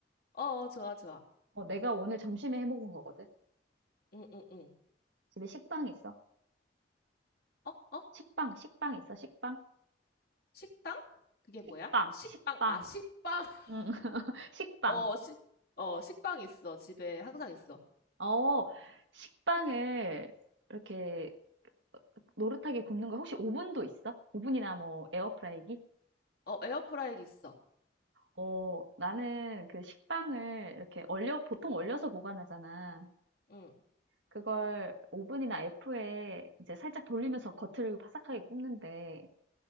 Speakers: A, on the left; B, on the right.
A: 어, 어, 좋아, 좋아.
B: 어, 내가 오늘 점심에 해 먹은 거거든.
A: 응, 응, 응.
B: 집에 식빵 있어.
A: 어, 어?
B: 식빵, 식빵 있어, 식빵.
A: 식당? 그게 뭐야?
B: 식빵,
A: 식빵.
B: 식빵.
A: 아, 식빵. <laughs>
B: 응, <laughs> 식빵.
A: 어, 식, 어, 식빵 있어. 집에 항상 있어.
B: 어, 어, 식빵을 이렇게 노릇하게 굽는 거 혹시 오븐도 있어? 오븐이나 뭐 에어프라이기?
A: 어, 에어프라이기 있어.
B: 어, 나는 그 식빵을 이렇게 얼려, 보통 얼려서 보관하잖아.
A: 응.
B: 그걸 오븐이나 F에 이제 살짝 돌리면서 겉을 바삭하게 굽는데,